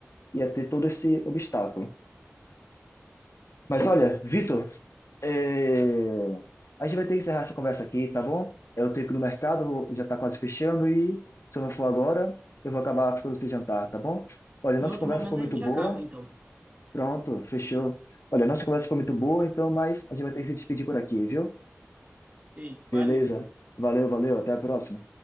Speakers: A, on the left; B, on the right.
A: ia ter todo esse obstáculo. Mas olha, Vitor, eh, a gente vai ter que encerrar essa conversa aqui, tá bom? Eu tenho que ir no mercado, já tá quase fechando, e se eu não for agora, eu vou acabar ficando sem jantar, tá bom? Olha,
B: Em
A: nossa
B: outro
A: conversa
B: momento
A: foi muito
B: a gente
A: boa.
B: acaba, então.
A: Pronto, fechou. Olha, nossa conversa foi muito boa, então, mas a gente vai ter que se despedir por aqui, viu?
B: Feito, valeu.
A: Beleza. Valeu, valeu. Até a próxima.